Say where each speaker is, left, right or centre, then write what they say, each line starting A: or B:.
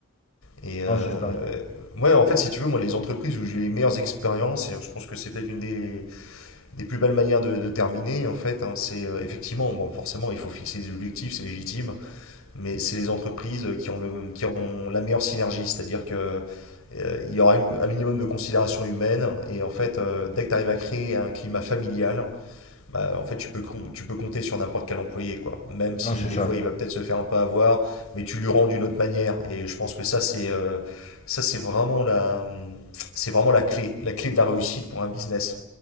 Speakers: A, on the left; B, on the left.
A: Et euh,
B: Non, c'est ça.
A: ouais, en fait, si tu veux, moi, les entreprises où j'ai eu les meilleures expériences, et je pense que c'est peut-être une des, des plus belles manières de, de terminer, en fait, hein, c'est euh, effectivement, bon, forcément, il faut fixer des objectifs, c'est légitime mais c'est les entreprises qui ont, le, qui ont la meilleure synergie, c'est-à-dire que euh, il y aura une- un minimum de considération humaine, et en fait, euh, dès que tu arrives à créer un climat familial, bah, en fait, tu peux, com- tu peux compter sur n'importe quel employé, quoi. Même si
B: Non, c'est ça.
A: des fois, il va peut-être se faire un peu avoir, mais tu lui rends d'une autre manière, et je pense que ça, c'est euh, ça, c'est vraiment la, c'est vraiment la clé, la clé de la réussite pour un business.